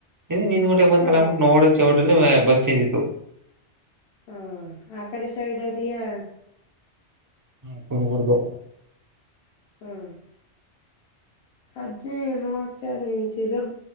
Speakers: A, on the right; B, on the left.
A: ಇ ನಿಂದ್ಗಊಟೆ ಬಂತಲ್ಲ
B: ಹ್ಮ್
A: ಅಬಿಟ್ಟ ನೋಡ ಚಡಲ್ಲಿ ಬಸ್ ಚೇಂಜ್ ಇತ್ತು.
B: ಹಾ ಆ ಕಡೆ ಸೈಡ್ ಅದಿಯಾ.
A: <unintelligible>
B: ಹ್ಮ್ ಅದ್ನೇ ನೋಡ್ತಾರ ನಿಂತಿದ